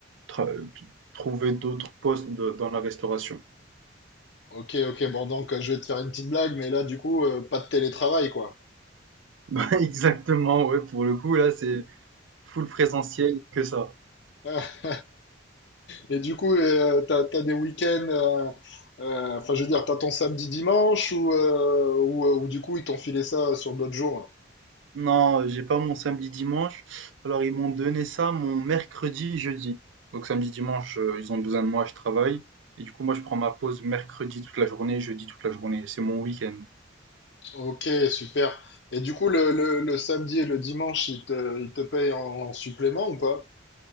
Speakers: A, on the right (about 75°); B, on the left (about 60°).
A: tra- euh, t- trouver d'autres postes de- dans la restauration.
B: Ok, ok, bon donc euh, je vais te faire une petite blague, mais là du coup euh, pas de télétravail quoi.
A: <laughs> Bah, exactement, ouais, pour le coup, là, c'est full présentiel que ça.
B: <laughs> Et du coup euh, t'as, t'as des week-ends, euh, euh, enfin je veux dire t'as ton samedi dimanche ou, euh, ou, euh, ou du coup ils t'ont filé ça sur d'autres jours.
A: Non, euh, j'ai pas mon samedi-dimanche. Alors, ils m'ont donné ça mon mercredi, jeudi. Donc, samedi-dimanche, heu, ils ont besoin de moi, je travaille. Et du coup, moi, je prends ma pause mercredi toute la journée, jeudi toute la journée. C'est mon week-end.
B: Ok, super. Et du coup le, le, le samedi et le dimanche ils te, ils te payent en, en supplément ou pas?